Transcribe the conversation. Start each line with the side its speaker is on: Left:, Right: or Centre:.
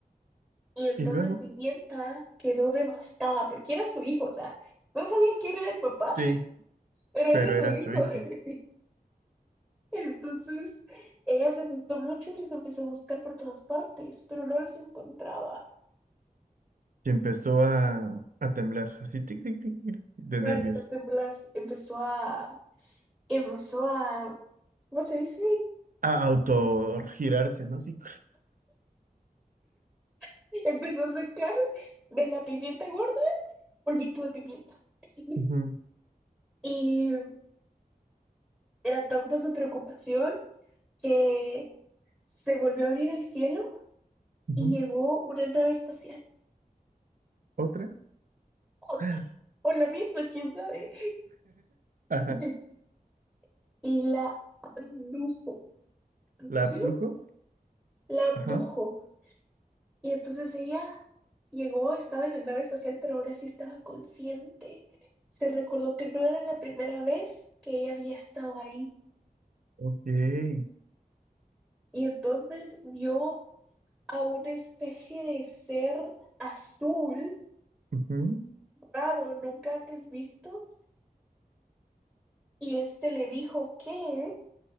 Centre: Y entonces
Right: Y luego,
Centre: Pimienta quedó devastada porque era su hijo, o sea, no sabía quién era el papá,
Right: sí,
Centre: pero
Right: pero
Centre: era su
Right: era
Centre: hijo.
Right: su hijo.
Centre: <laughs> Entonces ella se asustó mucho y los empezó a buscar por todas partes, pero no los encontraba.
Right: y empezó a, a temblar, así, tic, tic, tic, tic, de
Centre: Ah,
Right: nervios.
Centre: Empezó a temblar, empezó a, empezó a, ¿cómo se dice?
Right: A autogirarse, ¿no? Sí.
Centre: <laughs> Empezó a sacar de la pimienta gorda polvito de pimienta. <laughs>
Right: Ujú,
Centre: Y era tanta su preocupación que se volvió a abrir el cielo
Right: ujú.
Centre: y llegó una nave espacial,
Right: Otra.
Centre: otra,
Right: <laughs>
Centre: o la misma, quién sabe,
Right: Ajá.
Centre: <laughs> y la abdujo, ¿abdució?
Right: La abdujo.
Centre: La abdujo.
Right: Ajá.
Centre: Y entonces ella llegó, estaba en la nave espacial, pero ahora sí estaba consciente. Se recordó que no era la primera vez que ella había estado ahí.
Right: Ok.
Centre: Y entonces vio a una especie de ser azul,
Right: Ujú.
Centre: raro, nunca antes visto. Y este le dijo que...